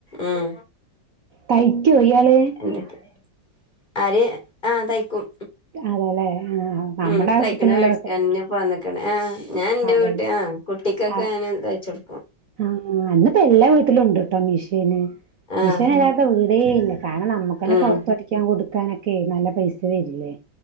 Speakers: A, on the left (about 25°); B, on the right (about 55°).
A: ഉം
B: തയ്ക്ക്യൊ ഇയാള്?
A: എന്തൊക്ക ആര് ആഹ് തയ്ക്കും.
B: അതെല്ലേ ആ നമ്മുടെ
A: ഉം
B: ആവശ്യത്തിനുള്ളതൊക്കെ
A: തയ്ക്കണ മേടിക്കാൻന്നെ കൊണ്ന്ന്ക്ണ് ആഹ് ഞാൻ ഇന്റെ
B: അതെല്ലേ
A: വീട്ടിൽ ആഹ് കുട്ടിക്കൊക്കെ
B: ആ
A: ഞാന് തയ്ച്ചൊടു
B: ആഹ് ന്ന് പ്പോ എല്ലാ വീട്ടിലും ഉണ്ട് ട്ടോ മിഷീന്
A: ആഹ്
B: മിഷീനില്ലാത്ത വീടേ ഇല്ല കാരണം നമ്മക്കന്നെ
A: ഉം
B: പൊറത്തടി ക്കാൻ കൊടുക്കാനൊക്കെ നല്ല പൈസ വരില്ലേ